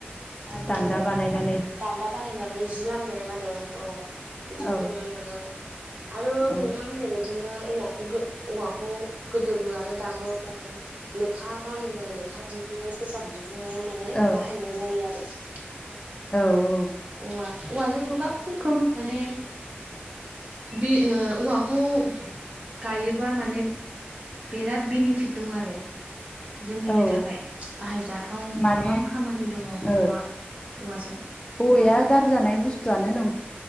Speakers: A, on the right (about 35°); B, on the left (about 25°).
A: आरो
B: दान्दा बानायना
A: दान्दा बानायनानै जि लामनाय आरो औ बिदिखौ
B: औ
A: नुनो मोनो। आरो
B: औ
A: नोंथां होननाय बाय दिनो औवाखौ गो औवाखौ गोदोबो आरो दाबो माने लेखा बानायायनाय लेखा दिहुननाय पेपार दिहुननायाव माने
B: औ
A: बाहायनाय जायो आरो। <unintelligible>
B: औ औ
A: औवा औवाजों गोबां रोखोमनि माने बि ओ औवाखौ गायोबा माने बेराद बिनिफिट दं आरो। जोंनिनो
B: औ
A: थाखाय बाहायजाथाव
B: माने
A: गोबां खामानि दङ औवा
B: औ
A: औवाजों
B: औवाया गारजानाय बुस्थुआनो नं